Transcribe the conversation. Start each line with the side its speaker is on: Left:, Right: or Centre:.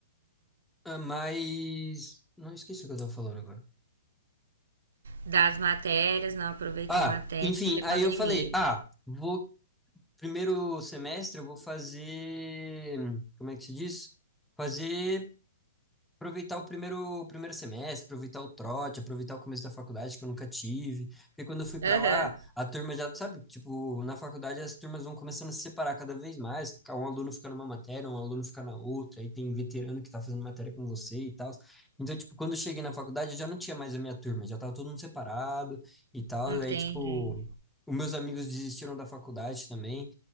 Centre: Ah, mas, não esqueci o que eu tava falando agora.
Right: Das matérias, não aproveitou
Centre: Ah,
Right: matéria,
Centre: enfim, aí
Right: pandemia.
Centre: eu falei, ah, vou primeiro semestre eu vou fazer, como é que se diz? Fazer aproveitar o primeiro, o primeiro semestre, aproveitar o trote, aproveitar o começo da faculdade que eu nunca tive. Porque quando eu fui para
Right: Aham,
Centre: lá, a turma já, sabe, tipo, na faculdade as turmas vão começando a se separar cada vez mais. Um aluno fica numa matéria, um aluno fica na outra, aí tem veterano que tá fazendo matéria com você e tal. Então, tipo, quando eu cheguei na faculdade, eu já não tinha mais a minha turma, já tava todo mundo separado e tal.
Right: entendi.
Centre: Aí, tipo, os meus amigos desistiram da faculdade também.